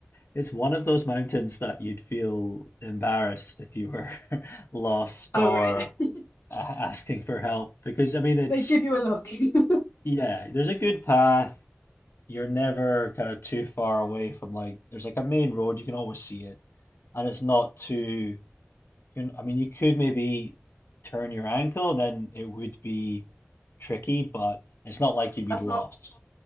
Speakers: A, on the left; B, on the left.
A: It's one of those mountains that you'd feel embarrassed if you were <laughs> lost
B: Oh,
A: or
B: right. <laughs>
A: a- asking for help because I mean it's
B: They give you a look. <laughs>
A: yeah, there's a good path. you're never kind of too far away from like there's like a main road you can always see it and it's not too you know, I mean you could maybe turn your ankle then it would be tricky but it's not like you'd be
B: That's
A: lost
B: not